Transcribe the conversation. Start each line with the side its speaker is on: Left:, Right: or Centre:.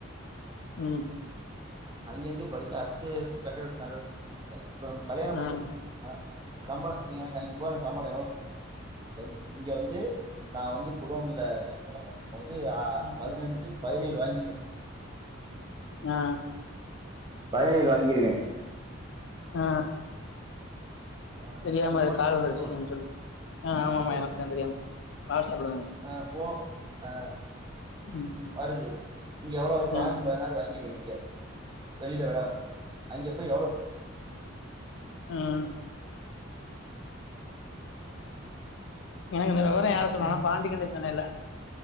Left: ம்
Right: அங்கிருந்து படிச்சு அட்த்து கட்ட நடவடிக் போ இப்ப நம்ம கல்யணம்
Left: ஆ.
Right: பண்ட்டு போன ஆ சம்பள நி எனக் அங்க போனா சம்பள எவ்ளவ் போட்டுருப்பாங்க இங்க வந்து நா வந்து குடோன்ல வெல பாக் கும்போது
Left: ம்.
Right: பதினஞ்சு பதினேழு வாங்கிருவெ
Left: ஆ
Right: பதினேழு வாங்கிருவே
Left: ஆ
Right: ஆ
Left: தெரியாம
Right: உ
Left: அது
Right: போன்ல
Left: கால்
Right: இருந்து
Left: வந்துருச்சு
Right: போன் வருது
Left: நெனச்ச
Right: ஆ
Left: ஆமாமா
Right: சேரி
Left: எனக்கு
Right: சேரி
Left: தெரியாம வாட்ஸ்அப்ல
Right: ஆ ஃபோ ஆ
Left: ம்
Right: வருது இங்க எவ்ளோ ஒரு
Left: ஆ
Right: பாதிஞ்சு பதினாறு வாங்கி வெக்க வெளில வேல பாத்து அங்க போய் எவ்ளொ
Left: ம் எனக்கு இந்த விவரொ
Right: எனக்கு
Left: யார் சொன்னானா பாண்டிக்கண்டென் சொன்னேல்ல